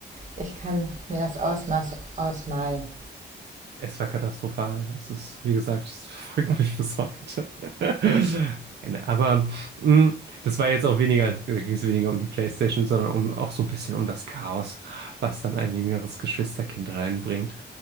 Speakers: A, on the right; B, on the right.
A: ich kann mir das Ausmaß ausmalen.
B: Es war katastrophal. Es ist, wie gesagt, es <laughs> verfolgt mich bis heute. <laughs> Nein, aber mh, das war jetzt auch weniger, da ging es weniger um die PlayStation, sondern um, auch so ein bisschen um das Chaos, was dann ein jüngeres Geschwisterkind reinbringt.